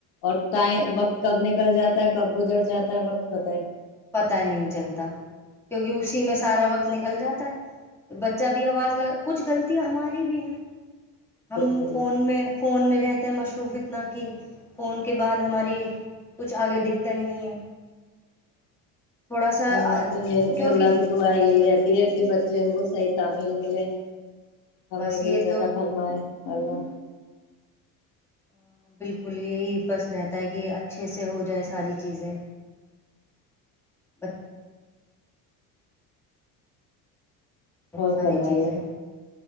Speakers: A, on the left (about 65°); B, in the centre.
A: اور <unintelligible> وقت کب نکل جاتا ہے کب گزر جاتا ہے وقت پتا <unintelligible>
B: پتا نہیں چلتا کیونکہ اسی میں <unintelligible> سارا وقت نکل جاتا ہے بچہ بھی آواز لگ کچھ غلطیاں ہماری بھی ہیں <unintelligible>
A: بالکل
B: ہم فون
A: بالکل
B: میں فون میں رہتے <unintelligible> مصروف اتنا کہ فون کے بعد ہماری کچھ آگے دکھتا ہی نہیں ہے <unintelligible> تھوڑا سا
A: جام تو یہ
B: کیونکہ
A: اللہ سے دع یہ رہتی <unintelligible> کہ بچے کو صحیح تعمیل ملے <unintelligible> ہمیں
B: بس یہ
A: بھی رضا
B: تو
A: فرمائے <unintelligible> الو
B: ہاں بالکل یہی بس رہتا ہے کہ اچھے سے ہو جائے ساری چیزیں بچ
A: اور
B: ساری
A: فرمائیے
B: چیزیں